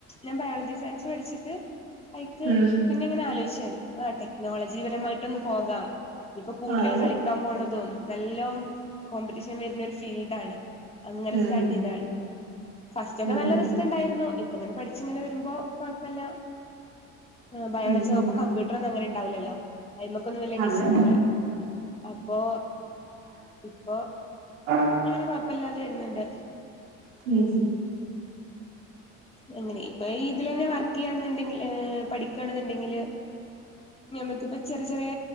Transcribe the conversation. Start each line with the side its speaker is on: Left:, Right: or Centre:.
Left: ഞാൻ ബയോളജി സയൻസ് പഠിച്ചിട്ട് അയ്ക്ക്
Right: ഉം
Left: പിന്നിങ്ങനെ ആലോചിച്ചാന് ആ ടെക്നോളജിപരമായിട്ടൊന്ന് പോകാം ഇതിപ്പോ കൂടുതൽ
Right: അതെ
Left: കളി ക്കാൻ പോണതും നല്ലോം കോമ്പറ്റീഷൻ വരുന്ന ഒരു ഫീൽഡാണ് അങ്ങനെ
Right: ഉം
Left: സ്റ്റാർട്ട് ചെയ്തയാണ് ഫസ്റ്റ് ഒക്കെ
Right: ഉം
Left: നല്ല
Right: ഉം
Left: റിസ്കുണ്ടായിരുന്നു ഇപ് അങ്ങനെ പഠിച്ചിങ്ങനെ വരുമ്പോ കൊയപ്പില്ല ആഹ് ബയോളജി
Right: ഉം
Left: ആവുമ്പൊ
Right: ഉം
Left: കമ്പ്യൂട്ടർ ഒന്നും അങ്ങനെ ഇണ്ടാവൂല്ലല്ലോ അയ്‌മേക്കൊന്നും വലിയ ടച്ച്‌
Right: അതെ
Left: ഉണ്ടാവില്ല ഇപ്പൊ ഇപ്പൊ
Right: ആഹ്
Left: അങ്ങനെ കൊഴപ്പില്ലാതെ വരുന്ന്ണ്ട്
Right: ഉം
Left: അങ്ങനെ ഇപ്പൊ ഇതിലന്നെ വർക്ക് ചെയ്യാണെന്നുണ്ടെങ്കില് പഠിക്കുകയാണെന്നുണ്ടെങ്കില് ഞമക്കിപ്പ ചെറി ചെറിയ